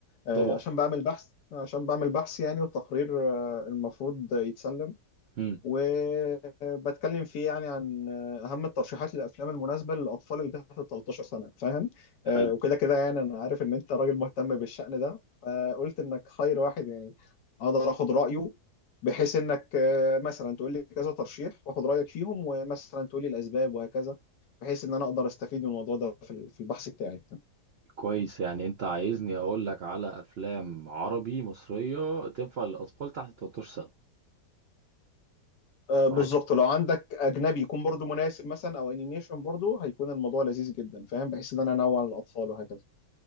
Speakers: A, on the left; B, on the right.
A: آه،
B: طبعا
A: عشان بعمل بحث عشان بعمل بحث يعني والتقرير آه، المفروض يتسلم
B: امم
A: وبتكلم فيه يعني عن اهم الترشيحات للافلام المناسبه للاطفال اللي تحت 13 سنه فاهم آه،
B: حلو
A: وكده كده يعني انا عارف ان انت راجل مهتم بالشأن ده فقلت انك خير واحد يعني اقدر اخد رايه بحيث انك آه، مثلا تقول لي كذا ترشيح واخد رايك فيهم ومثلا تقول لي الاسباب وهكذا بحيث ان انا اقدر استفيد من الموضوع ده في ال- في البحث بتاعي
B: كويس يعني انت عايزني اقول لك على افلام عربي مصريه تنفع للاطفال تحت 13 سنه
A: آه، بالظبط
B: معاك
A: لو عندك اجنبي يكون برضو مناسب مثلا او انيميشن برضو هيكون الموضوع لذيذ جدا فاهم بحيث ان انا انوع للاطفال وهكذا